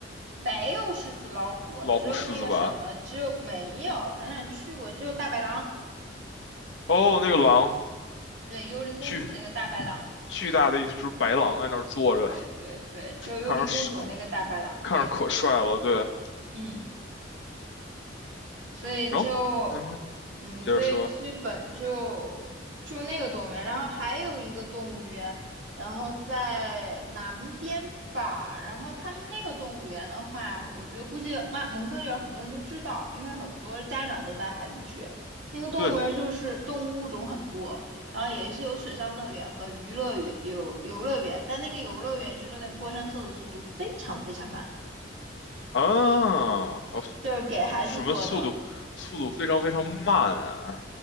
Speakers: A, on the right; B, on the left.
A: 没有狮子、老虎，
B: 老虎、
A: 只有那个什么，
B: 狮子吧。
A: 只有没有，咱俩去过，只有大白狼，
B: 哦，那个狼，
A: 对，幽灵公主那个大白狼，
B: 巨巨大的一只白狼在那儿坐着，
A: 对对对，只有幽灵公主的那个大白狼，
B: 看着可看着可帅了。
A: 对，
B: 对，
A: 嗯。所以就，
B: 然后嗯哼，
A: 嗯，
B: 你接着说。
A: 所以基本就就那个动物园，然后还有一个动物园，然后在南边吧，然后他们那个动物园的话，我觉得估计曼蒙特利尔很多人都知道，因为很多家长都带孩子去。那个动物园就是动物物种很多，
B: 对
A: 然后也是有水上乐园和娱乐园，有游乐园，但那个游乐园就是那个过山车的速度非常非常慢，
B: 啊，哦，
A: 就是给孩子坐的
B: 这什么速度？速度非常非常慢啊！